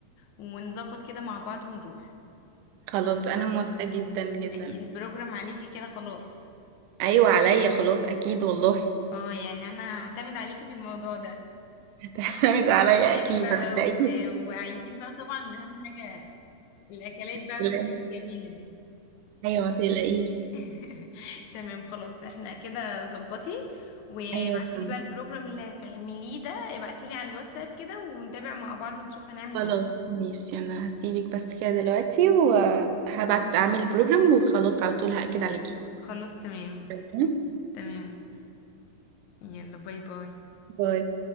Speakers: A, on the left (about 70°); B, on the right (about 75°).
A: ونظبط كده مع بعض ونروح
B: خلاص انا موافقه جدا جدا
A: اكيد البروجرام عليكي كده خلاص
B: ايوه عليا خلاص اكيد والله
A: اه يعني انا هعتمد عليكي في الموضوع ده
B: <laughs> هتعتمد عليا
A: تاري
B: اكيد
A: بقى
B: ما
A: و...
B: تقلقيش <laughs>
A: وعايزين بقى طبعا اهم حاجة الاكلات
B: ما
A: بقى
B: تقلقيش.
A: والحاجات الجميلة دي
B: ايوه ما تقلقيش
A: <laughs> تمام خلاص احنا كده ظبطي وابعتي
B: ايوه تمام.
A: لي بقى البروجرام اللي هتعمليه ده ابعتولي لي على الواتساب كده ونتابع مع بعض ونشوف هنعمل
B: خلاص
A: ايه
B: ماشي انا هسيبك بس كده دلوقتي وهبعت اعمل بروجرام وخلاص على طول هاكد عليكي
A: خلاص تمام
B: تمام؟
A: تمام يلا باي باي
B: باي